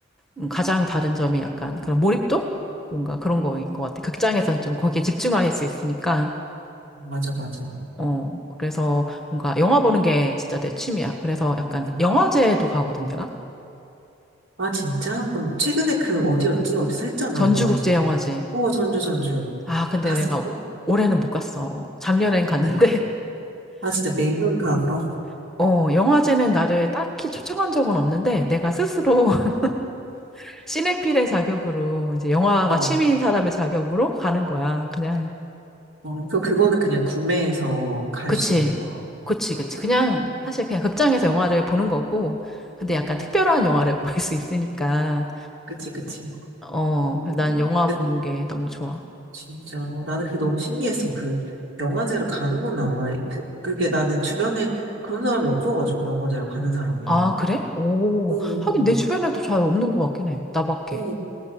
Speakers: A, in the centre; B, on the right.
A: 음, 가장 다른 점이 약간 그런 몰입도? 뭔가 그런 거인 것 같아. 극장에선 좀 거기에 집중할 수 있으니까.
B: 맞아, 맞아.
A: 어, 그래서 뭔가 영화 보는 게 진짜 내 취미야. 그래서 약간
B: 음.
A: 영화제도 가거든, 내가.
B: 아, 진짜? 그럼 최근에 그 어디였지? 어디서 했잖아,
A: 전주국제영화제.
B: 영화제. 어, 전주, 전주.
A: 아, 근데
B: 갔었어?
A: 내가 올해는 못 갔어. 작년엔 갔는데,
B: 어. 아, 진짜 매년 가, 그럼?
A: <laughs> 어, 영화제는 나를 딱히 초청한 적은 없는데, 내가 스스로 <laughs> 시네필의 자격으로, 이제 영화가
B: 어.
A: 취미인 사람의 자격으로 가는 거야. 그냥.
B: 어, 그, 그거는 그냥 구매해서 갈
A: 그치.
B: 수 있는 거.
A: 그치,
B: 그렇군.
A: 그치. 그냥,
B: 음,
A: 사실 그냥 극장에서 영화를 보는 거고, 근데 약간
B: 음.
A: 특별한 영화를 <laughs> 볼 수 있으니까,
B: 그치, 그치.
A: 어,
B: 어,
A: 그래, 난 영화
B: 근데
A: 보는 게 너무 좋아.
B: 진짜. 나는 그게 너무 신기했어. 그, 영화제를 가는구나. 그, 그게 나는 주변에 그런 사람이 없어가지고, 영화제를 가는 사람이.
A: 아, 그래? 오,
B: 오,
A: 하긴 내 주변에도 잘 없는 것 같긴 해. 나밖에.
B: 오.